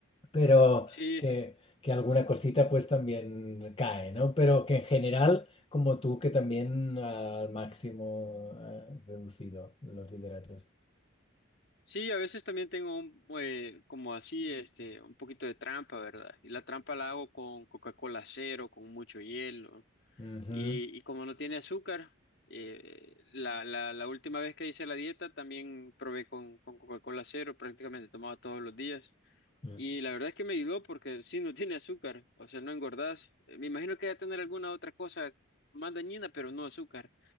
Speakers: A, on the left; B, on the left.
A: Pero
B: Sí,
A: que,
B: sí,
A: que alguna cosita pues también cae, ¿no? Pero que en general, como tú, que también al máximo eh, reducido los hidratos.
B: Sí, a veces también tengo un, eh, como así, este, un poquito de trampa, ¿verdad? Y la trampa la hago con Coca-Cola cero, con mucho hielo.
A: Ujú,
B: Y, y como no tiene azúcar, eh, la, la- la última vez que hice la dieta también probé con, con Coca-Cola cero, prácticamente tomaba todos los días.
A: ujú.
B: Y la verdad es que me ayudó porque sí, no <laughs> tiene azúcar, o sea, no engordás. Eh, Me imagino que va a tener alguna otra cosa más dañina, pero no azúcar.